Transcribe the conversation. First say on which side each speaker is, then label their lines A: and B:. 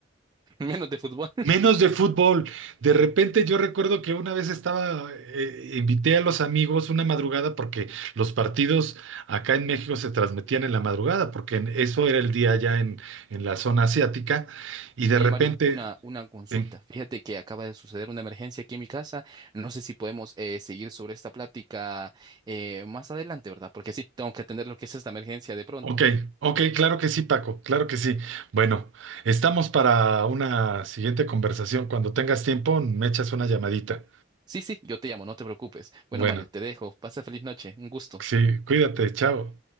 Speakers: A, on the right; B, on the right.
A: <laughs> Menos de fútbol.
B: menos de fútbol. De repente yo recuerdo que una vez estaba, eh, invité a los amigos una madrugada porque los partidos acá en México se transmitían en la madrugada, porque en- eso era el día allá en, en la zona asiática, y de
A: Oye,
B: repente...
A: Mario, una, una consulta.
B: sí.
A: Fíjate que acaba de suceder una emergencia aquí en mi casa. No sé si podemos eh, seguir sobre esta plática eh, más adelante, ¿verdad? Porque sí, tengo que atender lo que es esta emergencia de pronto.
B: Ok, ok, claro que sí, Paco, claro que sí. Bueno, estamos para una siguiente conversación. Cuando tengas tiempo, me echas una llamadita.
A: Sí, sí, yo te llamo, no te preocupes. Bueno,
B: Bueno,
A: Mario, te dejo. Pasa feliz noche. Un gusto.
B: sí, cuídate, chao.